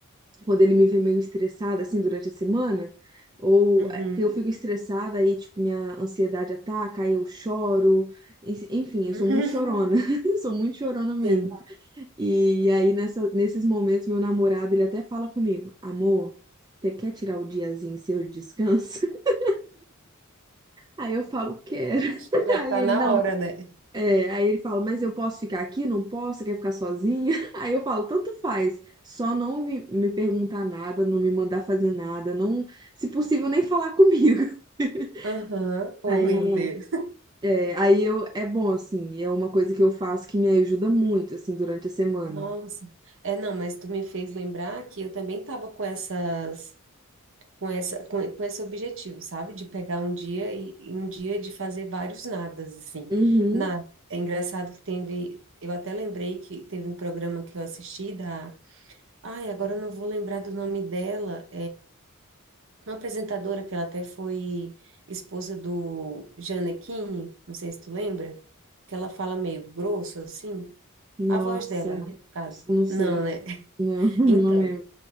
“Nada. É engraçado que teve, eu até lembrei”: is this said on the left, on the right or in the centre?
Right